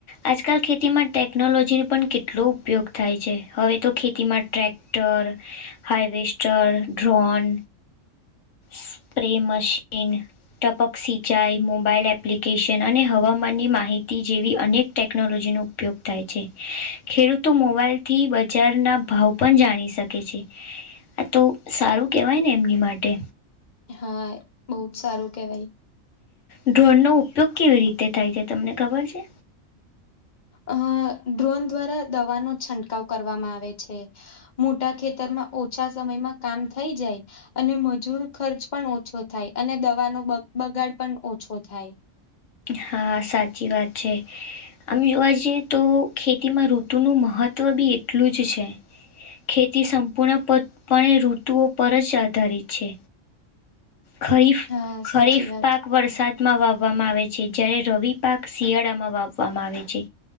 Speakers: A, on the left; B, on the left.
A: આજકાલ ખેતીમાં ટેકનોલોજીનું પણ કેટલું ઉપયોગ થાય છે હવે તો ખેતીમાં tractor harvester drone spray machine ટપક સિંચાઈ મોબાઈલ એપ્લિકેશન અને હવામાનની માહિતી જેવી અનેક ટેકનોલોજીનો ઉપયોગ થાય છે ખેડૂતો મોબાઈલ થી બજારના ભાવ પણ જાણી શકે છે. આ તો સારું કેવાય ને એમની માટે.
B: હા બહુ જ સારું કેવાય.
A: ડ્રોન નો ઉપયોગ કેવી રીતે થાય છે તમને ખબર છે.
B: અ ડ્રોન દ્વારા દવાનો છંટકાવ કરવામાં આવે છે. મોટા ખેતરમાં ઓછા સમયમાં કામ થઈ જાય અને મજૂર ખર્ચ પણ ઓછો થાય અને દવાનો બગાડ પણ ઓછો થાય.
A: હા સાચી વાત છે. આમ જોવા જઈએ તો ખેતીમાં ઋતુનું મહત્ત્વ બી એટલું જ છે‌. ખેતી સંપૂર્ણપતપણે ઋતુઓ પર જ આધારિત છે. ખરીફ
B: હા
A: ખરીફ
B: સાચી વાત
A: પાક વરસાદમાં વાવવામાં આવે છે જ્યારે રવિ પાક શિયાળામાં વાવવામાં આવે છે.